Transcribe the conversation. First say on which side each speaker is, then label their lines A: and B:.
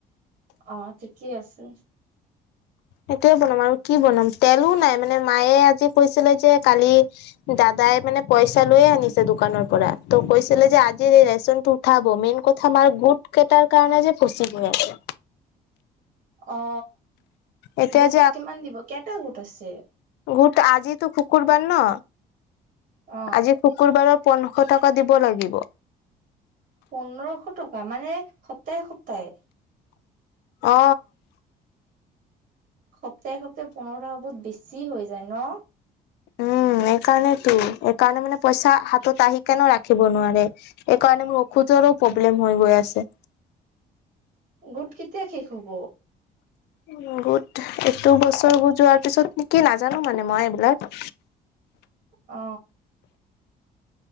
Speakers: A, on the right; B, on the left.
A: অ ঠিকেই আছে
B: সেইটোৱে বনাম আৰু কি বনাম তেলো নাই মানে মায়ে আজি কৈছিলে যে কালি দাদাই মানে পইচা লৈয়ে আনিছে দোকানৰ পৰা ত কৈছিলে যে আজিৰ এই ৰেচনটো উঠাব মেইন কত আমাৰ গোট কেইটাৰ কাৰণে যে ফচি গৈ আছে
A: অ
B: এতিয়া
A: গোটত
B: যে
A: কিমান দিব কেইটা গোট আছে
B: গোট আজিতো শুকুৰবাৰ ন
A: অ
B: আজি শুকুৰবাৰৰ পোন্ধশ টকা দিব লাগিব।
A: পোন্ধৰশ টকা মানে সপ্তাহে সপ্তাহে
B: অ
A: সপ্তাহে সপ্তাহে পোন্ধৰশ টকা বহুত বেছি হৈ যায় ন
B: উম এইকাৰণেতো এইকাৰণে মানে পইচা হাতত আহি কেনে ৰাখিব নোৱাৰে। সেইকাৰণে মোৰ ঔষধৰো প্ৰব্লেম হৈ গৈ আছে।
A: গোট কেতিয়া শেষ হ'ব
B: উ গোট এইটো বছৰ যোৱাৰ পিছত ন কি ফ্ট মানে মই এইবিলাক
A: অ